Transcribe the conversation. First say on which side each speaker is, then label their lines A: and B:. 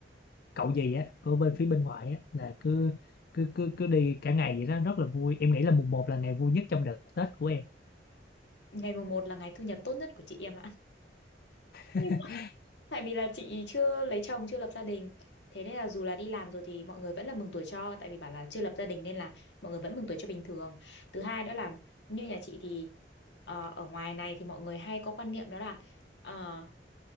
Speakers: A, on the left (about 55°); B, on the left (about 70°).
A: cậu gì á của bên phía bên ngoại á là cứ cứ cứ cứ đi cả ngày vậy đó rất là vui em nghĩ là mùng một là ngày vui nhất trong đợt Tết của em
B: ngày mùng một là ngày thu nhập tốt nhất của chị em
A: <laughs>
B: ạ Tại vì là chị chưa lấy chồng, chưa lập gia đình. Thế nên là dù là đi làm rồi thì mọi người vẫn là mừng tuổi cho. Tại vì bảo là chưa lập gia đình nên là mọi người vẫn mừng tuổi cho bình thường. Thứ hai nữa là như nhà chị thì ờ, ở ngoài này thì mọi người hay có quan niệm đó là ờ,